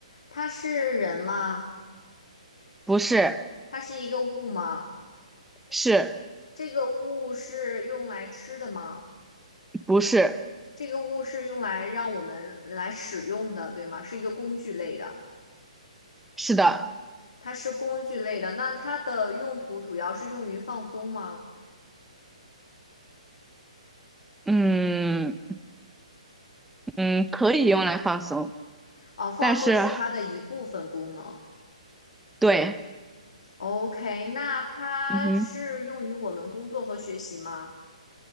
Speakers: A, on the left (about 65°); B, in the centre.
A: 它是人吗？
B: 不是，
A: 它是一个物吗？
B: 是，
A: 这个物是用来吃的吗？
B: 不是，
A: 这个物是用来让我们来使用的，对吗？是一个工具类的，
B: 是的，
A: 它是工具类的。那它的用途主要是用于放松吗？
B: 嗯嗯，可以用来放松，
A: 哦，放松是它的一部分功能。
B: 但是对，
A: OK，那它是用于我们工作和学习吗？
B: 嗯哼，